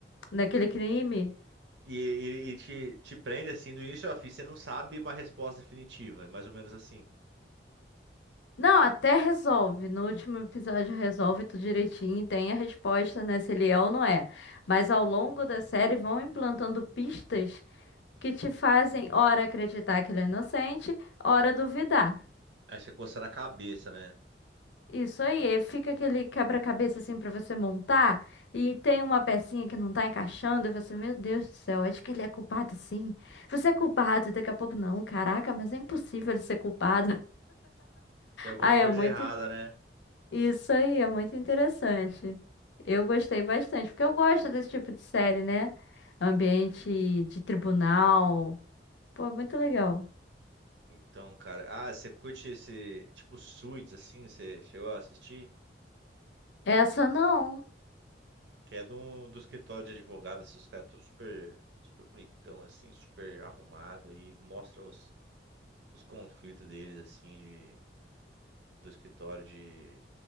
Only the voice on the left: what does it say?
naquele crime.
Não, até resolve. No último episódio resolve tudo direitinho, tem a resposta, né? Se ele é ou não é. Mas ao longo
da série vão implantando pistas. que te fazem ora acreditar que ele é inocente, ora duvidar.
Isso aí, aí fica aquele quebra-cabeça assim pra você montar e tem uma pecinha que não tá encaixando e você, meu Deus do céu, acho que ele é culpado sim. Você é culpado, e daqui a pouco não, caraca, mas é impossível ele ser culpado. <laughs>
Ah, é
muito
isso aí, é muito interessante. Eu gostei bastante, porque eu gosto desse tipo de série, né? Ambiente de tribunal. Pô, muito legal.
Essa não.